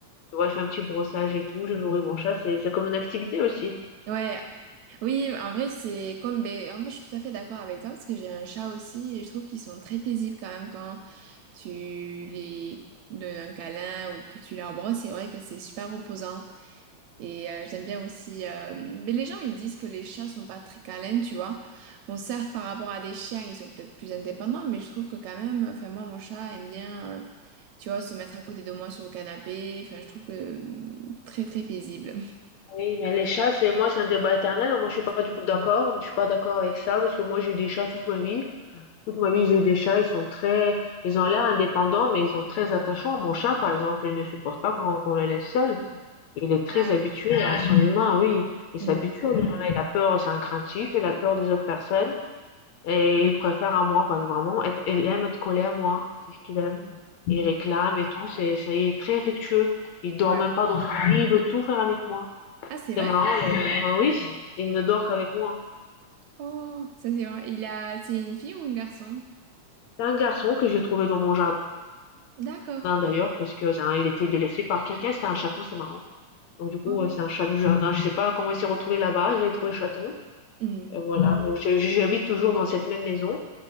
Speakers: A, on the left; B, on the right.
A: Tu vois, je fais un petit brossage et tout, je nourris mon chat, c'est c'est comme une activité aussi.
B: Ouais. Oui, en vrai, c'est comme, ben, en fait, je suis tout à fait d'accord avec toi parce que j'ai un chat aussi et je trouve qu'ils sont très paisibles quand même quand tu les donnes un câlin ou que tu leur brosses. C'est vrai que c'est super reposant. Et euh, j'aime bien aussi. euh, Mais les gens, ils disent que les chats sont pas très câlins, tu vois. Bon, certes, par rapport à des chiens, ils sont peut-être plus indépendants, mais je trouve que quand même, enfin, moi, mon chat aime bien, euh, tu vois, se mettre à côté de moi sur le canapé. Enfin, je trouve que euh, très, très paisible. <laughs>
A: Oui, mais les chats, c'est moi c'est un débat éternel, moi je suis pas du tout d'accord, je suis pas d'accord avec ça parce que moi j'ai eu des chats toute ma vie. Toute ma vie, j'ai eu des chats, ils sont très ils ont l'air indépendants, mais ils sont très attachants. Mon chat, par exemple, il ne supporte pas qu'on qu'on le laisse seul. Il est très
B: Ah,
A: habitué à son <laughs> humain, oui. Il s'habitue
B: oui.
A: à l'humain. Il a peur, c'est un craintif, il a peur des autres personnes. Et il préfère à moi, parce que vraiment, être, il aime être colère moi. C'est ce qu'il aime. Il réclame et tout. C'est, c'est- il est très affectueux. Il dort
B: Hmm. Ouais.
A: même pas dans son lit, il veut tout faire avec moi.
B: Ah, c'est vrai?
A: C'est marrant, les- oui, il ne dort qu'avec moi.
B: Oh, ça, c'est vrai. Il a... C'est une fille ou un garçon?
A: C'est un garçon que j'ai trouvé dans mon jardin.
B: D'accord.
A: jardin d'ailleurs, parce que hein, il était délaissé par quelqu'un, c'était un chaton, c'est marrant. Donc du coup,
B: Oh.
A: euh, c'est un chat du jardin. Je sais pas comment il s'est retrouvé là-bas, je l'ai trouvé chaton.
B: Hmm.
A: Et voilà, bon, j'ai- j'habite toujours dans cette même maison.